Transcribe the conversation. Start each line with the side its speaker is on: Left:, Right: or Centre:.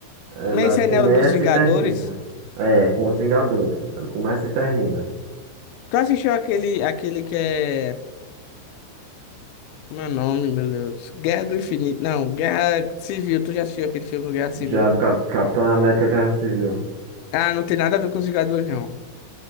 Right: Ela
Left: Mas Esse
Right: começa
Left: anel dos Vingadores.
Right: e termina. É, com os Vingadores. Ela começa e termina.
Left: Tu assistiu aquele, aquele que é. Como é o nome, meu Deus? Guerra do Infinito. Não, Guerra Civil. Tu já assistiu aquele filme do Guerra Civil?
Right: Já do Cap- Capitão América Guerra Civil.
Left: Ah, não tem nada a ver com os Vingadores, não.